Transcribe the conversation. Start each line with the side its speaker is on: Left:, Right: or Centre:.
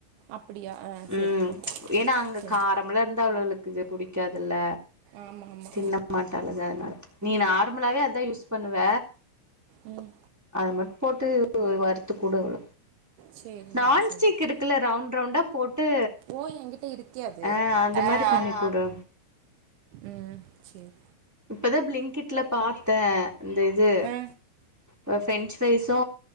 Right: அப்படியா
Centre: ம்
Right: சரி
Centre: ஏன்னா அங்க
Right: செஞ்சு
Centre: காரம்லா இருந்தா அவ்ளுகளுக்கு இது புடிக்காதுல்ல
Right: ஆமாமா
Centre: தின்ன மாட்டாளுக அதனால நீ நார்மலாவே அதான் யூஸ் பண்ணுவ
Right: ம்
Centre: அத மட்டு போட்டு வறுத்து குடு அவு
Right: சரி நான்
Centre: நான்ஸ்டிக்
Right: அப்படி செஞ்சு பாக்குறேன்
Centre: இருக்குல ரவுண்ட் ரவுண்டா போட்டு
Right: ஓ என்கிட்ட இருக்கே அது
Centre: ஆ அந்த
Right: அ
Centre: மாரி பண்ணி குடு
Right: ம் செர்
Centre: இப்பதா ப்லிங்கிட்ல பாதி த்த இந்த இது
Right: ஆ
Centre: பிரெஞ்சு ஃப்ரைஸு